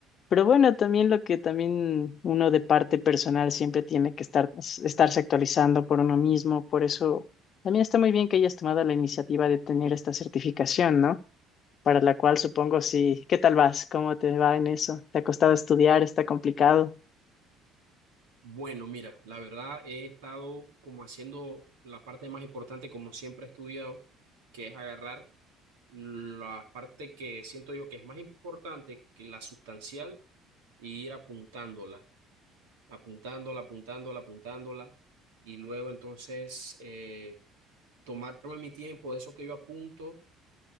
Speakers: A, on the left (about 50°); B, on the right (about 85°).
A: Pero bueno, también lo que también uno de parte personal siempre tiene que estar, estarse actualizando por uno mismo, por eso también está muy bien que hayas tomado la iniciativa de tener esta certificación, ¿no? Para la cual supongo sí. ¿Qué tal vas? ¿Cómo te va en eso? ¿Te ha costado estudiar? ¿Está complicado?
B: Bueno, mira, la verdad he estado como haciendo la parte más importante, como siempre he estudiado, que es agarrar la parte que siento yo que es más importante que la sustancial y ir apuntándola, apuntándola, apuntándola, apuntándola, y luego entonces eh, tomarme mi tiempo de eso que yo apunto,